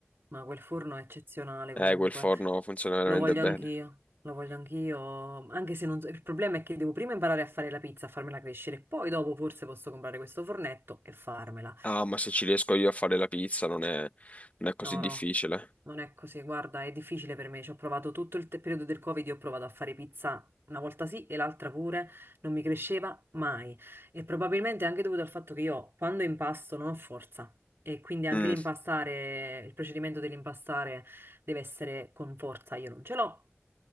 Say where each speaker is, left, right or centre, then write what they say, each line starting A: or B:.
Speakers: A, on the right; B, on the left.
A: Ma quel forno è eccezionale
B: Eh,
A: comunque.
B: quel forno funziona veramente
A: Lo voglio
B: bene.
A: anch'io, lo voglio anch'io, anche se non so- il problema è che devo prima imparare a fare la pizza, a farmela crescere, poi dopo forse posso comprare questo fornetto e farmela.
B: Ah, ma se ci riesco io a fare la pizza non è, non è così
A: No,
B: difficile.
A: no, non è così. Guarda, è difficile per me. Ci ho provato tutto il te- periodo del Covid, io ho provato a fare pizza una volta sì e l'altra pure, non mi cresceva mai. E probabilmente è anche dovuto al fatto che io quando impasto non ho forza. E quindi anche
B: Mm,
A: l'impastare, il procedimento dell'impastare deve essere con forza, io non ce l'ho.